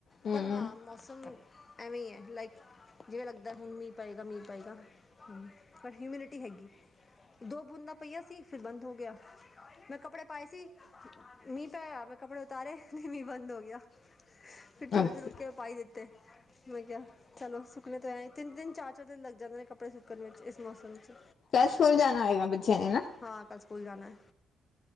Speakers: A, on the left; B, on the left.
A: ਹਮ
B: ਪਰ ਹਾਂ ਮੌਸਮ ਐਵੇਂ ਹੀ ਹੈ। ਲਾਈਕ ਜਿਵੇਂ ਲੱਗਦਾ ਹੁਣ ਮੀਂਹ ਪਏਗਾ-ਮੀਂਹ ਪਏਗਾ ਹਮ ਪਰ ਹਿਊਮਿਨਿਟੀ ਹੈਗੀ ਦੋ ਬੂੰਦਾਂ ਪਈਆਂ ਸੀ ਫਿਰ ਬੰਦ ਹੋ ਗਿਆ ਮੈਂ ਕੱਪੜੇ ਪਾਏ ਸੀ, ਮੀਂਹ ਪਿਆ ਮੈਂ ਕੱਪੜੇ ਉਤਾਰੇ, ਮੀਂਹ ਬੰਦ ਹੋ ਗਿਆ ਫਿਰ ਥੋੜੀ
A: ਅੱਛਾ
B: ਦੇਰ ਰੁੱਕ ਕੇ ਪਾਈ ਦਿੱਤੇ ਮੈਂ ਕਿਹਾ ਚਲੋ ਸੁੱਕਨੇ ਤੋਂ ਐਂ ਤਿੰਨ ਦਿਨ ਚਾਰ-ਚਾਰ ਦਿਨ ਲੱਗ ਜਾਂਦੇ ਨੇ ਕੱਪੜੇ ਸੁੱਕਣ ਵਿੱਚ ਇਸ ਮੌਸਮ ਚ
A: ਕਲ ਸਕੂਲ ਜਾਣਾ ਹੋਏਗਾ ਬੱਚਿਆਂ ਨੇ ਨਾ
B: ਹਾਂ ਕੱਲ ਸਕੂਲ ਜਾਣਾ